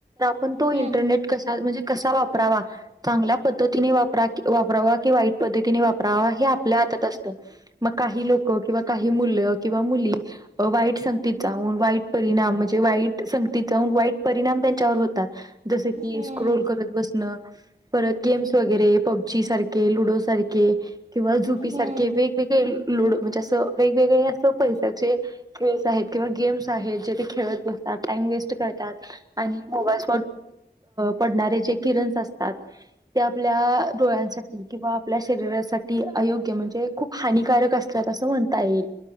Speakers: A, on the right; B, on the right.
A: पण तो
B: हम्म
A: इंटरनेट, कसा म्हणजे कसा वापरावा चांगल्या पद्धतीने वापरा कि, वापरावा कि वाईट पद्धतीने वापरावा हे आपल्या हातात असतं. मग काही लोकं किंवा काही मुलं किंवा मुली वाईट संगतीचा वाईट परिणाम, म्हणजे वाईट संगतीचा वाईट परिणाम त्यांच्यावर होतो. जसं की,
B: हम्म
A: स्क्रोल करत बसणं. परत गेम्स वगैरे, पब्जी सारखे, लुडो सारखे किंवा झुपीसारखे
B: हम्म
A: वेग वेगळे लुडो म्हणजे असं वेगवेगळे, असे पैशांचे. खेळच आहेत किंवा गेम्स आहेत, जे ते खेळत बसतात, टाइम वेस्ट करतात आणि मोबाईल... पडणारे जे किरण असतात, ते आपल्या डोळ्यांसाठी... किंवा आपल्या शरीरासाठी अयोग्य, म्हणजे खूप हानिकारक असतात, असं म्हणता येईल.